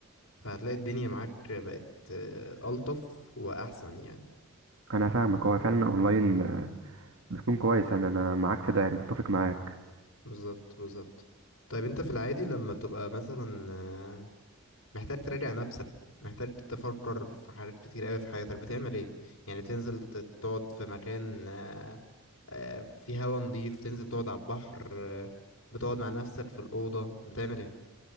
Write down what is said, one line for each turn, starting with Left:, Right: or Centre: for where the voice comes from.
Left: فهتلاقي الدنيا معاك بقت آه، ألطف وأحسن يعني
Right: انا فاهمك هو فعلا اونلاين بيكون كويس انا انا معاك في ده يعني متفق معاك
Left: بالظبط بالظبط طيب انت في العادي لما بتبقى مثلا آه، محتاج تراجع نفسك محتاج تفكر في حاجات كتير قوي في حياتك بتعمل ايه يعني بتنزل ت- تقعد في مكان آه، آه، فيه هوا نضيف تنزل تقعد على البحر آه، بتقعد مع نفسك في الأوضة بتعمل ايه